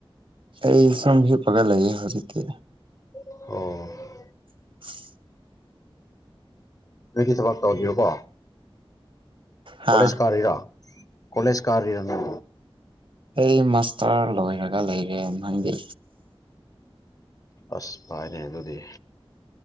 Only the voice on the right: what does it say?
ꯑꯩ ꯁꯨꯝ ꯍꯤꯞꯄꯒꯠ ꯂꯩꯌꯦ ꯍꯧꯖꯤꯛꯇꯤ
<inaudible>
ꯍꯥ
ꯑꯩ ꯃꯥꯁꯇꯔ ꯂꯣꯏꯔꯒ ꯂꯩꯔꯦ ꯈꯪꯗꯤ